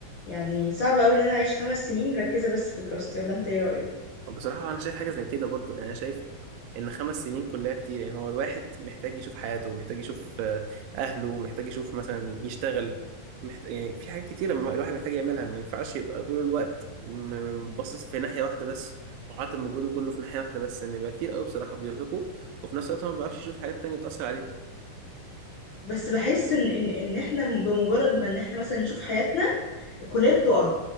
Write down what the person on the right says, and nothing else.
طب بصراحة أنا شايف حاجة زي كده برضو يعني أنا شايف إن خمس سنين كلية كتير يعني هو الواحد محتاج يشوف حياته محتاج يشوف آه، أهله محتاج يشوف مثلا يشتغل محتاج يعني في حاجات كتيرة م- الواحد محتاج يعملها ما ينفعش يبقى طول الوقت م- باصص في ناحية واحدة بس وحاطط مجهوده كله في ناحية واحدة بس إن بيبقى كتير أوي بصراحة بيرهقه وفي نفس الوقت هو ما بيعرفش يشوف حاجات تانية بتأثر عليه